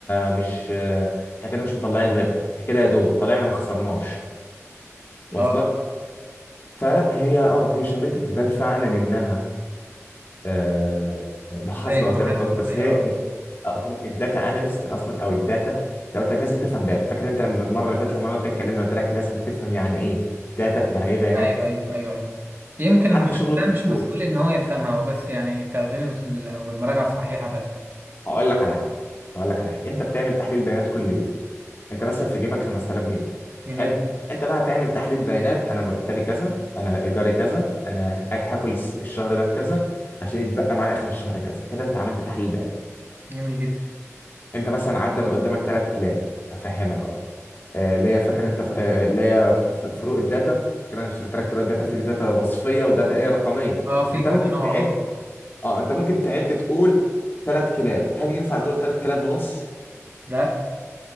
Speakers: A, on the left; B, on the right.
A: مش احنا كده مش مطلعين ربح احنا كده يا دوب طلعنا ما خسرناش واصلك
B: اه
A: فلا هي اه هي شغلتي تبان فعلا انها آه محاسبة
B: زي المحاسب
A: او زي ما انت قلت
B: شوية
A: بس هي
B: اه
A: آه، هو الداتا اناليست اصلا او الداتا زي ما قلت لك لازم تفهم داتا فاكر انت لما المره اللي فاتت لما انا وانت اتكلمنا قلت لك لازم تفهم يعني ايه داتا يعني ايه بيانات
B: ايوه ايوه ايوه ايوه يمكن
A: حتى
B: المحاسب
A: شغل
B: بقى
A: الدكتور
B: مش مسؤول ان هو يفهمها هو بس يعني التخزين وال- والمراجعة الصحيحة بس
A: هقول لك على حاجه هقول لك على حاجه انت بتعمل تحليل بيانات كل يوم انت مثلا في جيبك 5000 جنيه
B: جميل
A: حلو انت بقى هتعمل تحليل بيانات انا مرتبي كذا انا ايجاري كذا انا هاكل الس- الشهر ده بكذا عشان يتبقى معايا اخر الشهر كذا كده انت عملت تحليل بيانات
B: جميل جدا
A: انت مثلا عدى من قدامك ثلاث كلاب افهمك اهو آه، اللي هي فاكر انت ف- آه، اللي هي ف- فروق الداتا فاكر انا مش قلت لك فروق الداتا في داتا وصفيه وداتا ايه رقميه
B: اه في
A: انت
B: كذا
A: ممكن
B: نوع
A: تعد
B: اه
A: اه انت ممكن تعد تقول ثلاث كلاب هل ينفع تقول ثلاث كلاب ونص
B: لا